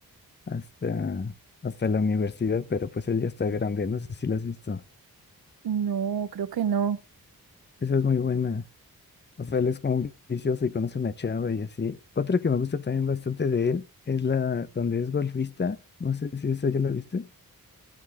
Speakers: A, on the left; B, on the right.
A: hasta, hasta la universidad, pero pues él ya está grande, no sé si lo has visto.
B: No, creo que no.
A: Esa es muy buena. O sea, él es como un vicioso y conoce una chava y así. Otra que me gusta también bastante de él es la donde es golfista. No sé si esa ya la viste